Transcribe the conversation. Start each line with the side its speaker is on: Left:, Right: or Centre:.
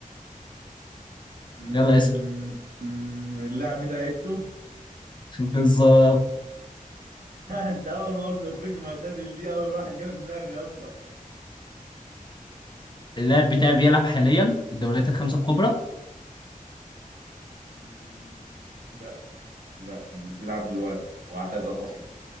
Right: مم،
Left: يلا اسال
Right: اللاعب بتاع ايتو <laughs>
Left: <laughs> بالظبط
Right: انت اول ما قلت افريقيا معتزل دي اول واحد جه في دماغي اصلا
Left: اللاعب بتاعي بيلعب حاليا في الدوريات الخمسه الكبرى
Right: مم، لا لا مش بيلعب دلوقتي واعتزل اصلا